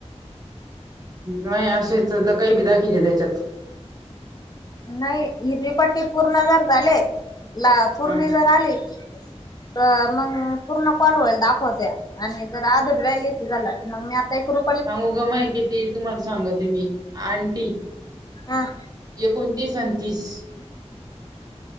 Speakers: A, on the right; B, on the left.
A: नाही असे सुधा काही बी दाखीते त्याच्यात.
B: नाही हिरवी पट्टी पूर्ण जर झाले, ला पूर्ण
A: हा
B: जर आली तर मग पूर्ण कॉल होईल दाखवत्या, आणि जर अधुरी राहिली की झालं, मग मी आता एक रु
A: सांगू का माय किती, तुम्हाला सांगते मी, आंटी
B: हा
A: एकोणतीस अन तीस